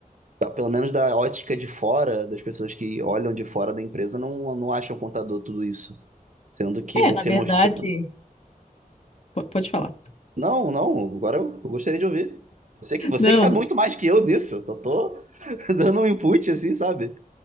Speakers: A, on the right; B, on the left.
A: tá, pelo menos da ótica de fora, das pessoas que olham de fora da empresa, não, não acham o contador tudo isso. Sendo que
B: É,
A: você
B: na verdade.
A: mostra...
B: po- Pode falar.
A: Não, não, agora eu eu gostaria de ouvir. Você que, você
B: Não,
A: que sabe muito mais que eu nisso, eu só tô <laughs> dando um input assim, sabe?